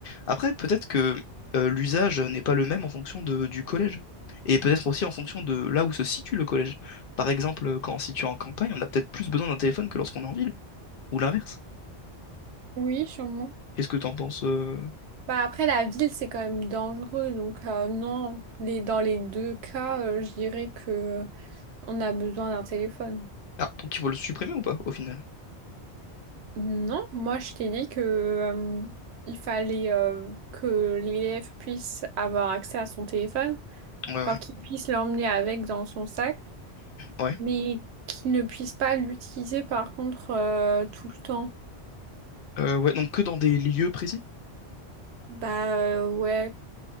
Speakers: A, on the left; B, on the right.
A: Après, peut-être que euh, l'usage n'est pas le même en fonction de- du collège. Et peut-être aussi en fonction de là où se situe le collège. Par exemple, quand on se situe en campagne, on a peut-être plus besoin d'un téléphone que lorsqu'on est en ville. Ou l'inverse.
B: Oui, sûrement.
A: Qu'est-ce que t'en penses euh,
B: Bah, après, la ville, c'est quand même dangereux. Donc, euh, non, les, dans les deux cas, euh, je dirais que on a besoin d'un téléphone.
A: Ah, donc ils vont le supprimer ou pas, au final?
B: Non, moi, je t'ai dit que euh, il fallait euh, que l'élève puisse avoir accès à son téléphone,
A: Ouais, ouais,
B: alors qu'il puisse l'emmener avec dans son sac.
A: ouais.
B: Mais qu'ils ne puissent pas l'utiliser par contre euh, tout le temps.
A: Euh, ouais, donc que dans des lieux précis?
B: Bah euh, ouais,